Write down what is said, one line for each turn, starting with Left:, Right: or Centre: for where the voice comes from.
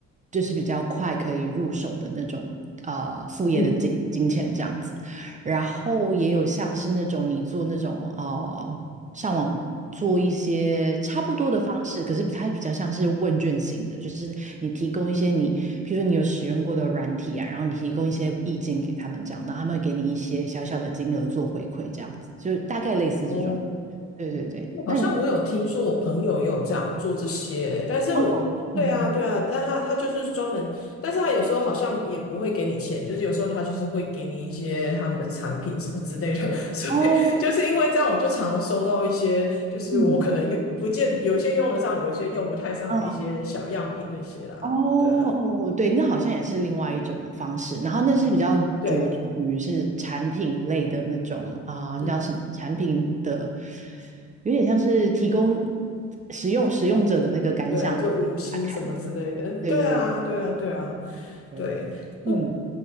Right: 就是比较快可以入手的那种呃副业的金金钱这样子，
Left: 嗯
Right: 然后也有像是那种你做那种呃上网做一些差不多的方式，可是它比较像是问卷型的，就是你提供一些你，比如说你有使用过的软体啊，然后你提供一些意见给他们这样，然后他们会给你一些小小的金额做回馈这样子，就是大概类似这种。
Left: 哦。
Right: 对对对，
Left: 好像我有听说，
Right: 那你
Left: 我朋友也有这样做这些，但是我对啊，
Right: 哦，嗯哼，
Left: 对啊，但他他就是专门，但是他有时候好像也不会给你钱，就是有时候他就是会给你一些他们的产品什么之类的，<laughs> 所以就是因为这样，
Right: 哦，
Left: 我就常常收到一些，就是我可能用不见有些用得上，
Right: 嗯。
Left: 有些用不太上的一些小样品那些啦，
Right: 嗯，哦哦，
Left: 对啊，
Right: 对，那好像也是另外一种方式。然后那是比较着重于是产品类的那种啊，
Left: 对，嗯，
Right: 那叫什么产品的，有点像是提供使用使用者的那个感想，
Left: 对，就五星什么之类的，
Right: 然后给大家看的。对对对
Left: 对啊，对啊，对啊，
Right: 对，
Left: 对。不。
Right: 嗯